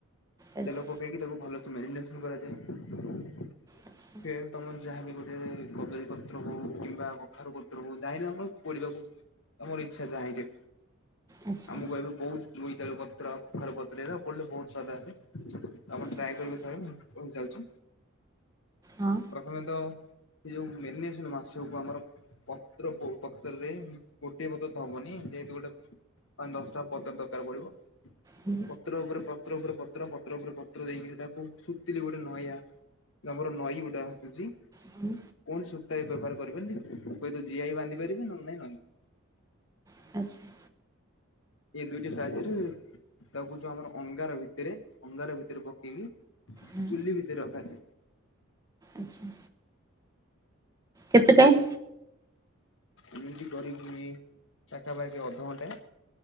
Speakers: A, on the right; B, on the left.
A: ଆଚ୍ଛା
B: ତେଲ ପକେଇକି ତାକୁ ଭଲସ ମାରିରେସନ କରାଯାଏ।
A: ଆଚ୍ଛା
B: ଫେରେ ତମ ଯାହାବି ଗୋଟେ କଦଳୀପତ୍ର ହଉ କିମ୍ବା କଖାରୁ ପତ୍ର ଯାଲେ ଆମର ପଢିବାକୁ ଆମର ଇଚ୍ଛା ଯାଇରେ
A: ଆଚ୍ଛା
B: ଆମ କହିବି ବହୁତ ବୋଇତାଳୁ ପତ୍ର, କଖାରୁ ପତ୍ର ଏରା ପଡ଼ିଲେ ବହୁତ ସ୍ୱାଦ ଆସେ। ଆପଣ ଟ୍ରାଏ
A: ଆଚ୍ଛା
B: କରିବେ ଥରେ ମୁଁ କ ଯାଉଛି।
A: ହଁ।
B: ପ୍ରଥମେ ତ ସେ ଯୋଉ ମେ ମାସକୁ ଆମର ପତ୍ର ପତ୍ରରେ ଗୋଟିଏ ପତ୍ର ତ ହବନି ଯେହେତୁ ଗୋଟେ ପା ଦଶଟା ପତର ଦରକାର ପଡିବ।
A: ହୁଁ।
B: ପତ୍ର ଉପରେ ପତ୍ର ଉପରେ ପତ୍ର ପତ୍ର ଉପରେ ପତ୍ର ଦେଇକରି ତାକୁ ଶତିଥିଲି ଗୋଟେ ନଇଆ ଆମର ନଈ ଗୋଟା ଆସୁଛି
A: ହୁଁ
B: କୌଣ ସୂତା ଏ ବ୍ୟବହାର କରିବେନି। ହୁଏ ତ ଜିଆଇ ବାଧି ପାରେ ନାଇ ନଁ
A: ଆଚ୍ଛା।
B: ଏଇ ଦୁଇଟି ସାହାଯ୍ୟରେ ତାକୁ ଯୋଉ ଆମର ଅଙ୍ଗାର ଭିତରେ ଅଙ୍ଗାର ଭିତରେ ପକେଇକି
A: ହଁ
B: ଚୁଲି ଭିତରେ ରଖାଯାଏ।
A: ଆଚ୍ଛା। କେତେ ଟାଇମ୍
B: ଏମତି କରିକି ପାଖାପାଖି ଅର୍ଧଘଣ୍ଟା